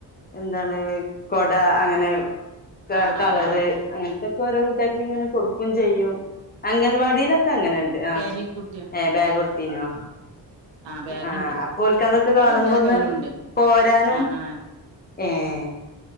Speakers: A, on the left; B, on the right.
A: എന്താണ് കൊടാ അങ്ങനെ ക
B: ആ
A: കളറ്
B: ആ ആ
A: അങ്ങൻത്തൊക്കോരോ കുട്ട്യാക്ക്ങ്ങനെ കൊടു ക്കും ചെയ്യും. അംഗൻവാടിയിലൊക്കെ അങ്ങനണ്ട് ആഹ്.
B: ഈ കുട്ടിയാ
A: ഏഹ് ബേഗൊടുത്തീനോ?
B: ആ ബാഗുണ്ട്
A: ആഹ് അപ്പ ഓൽക്കതൊക്കെ കാണുമ്പൊന്ന്
B: അത് എല്ലാ കൊല്ലവും ഉണ്ട്
A: പോരാനും
B: ആ ആ
A: ഏഹ്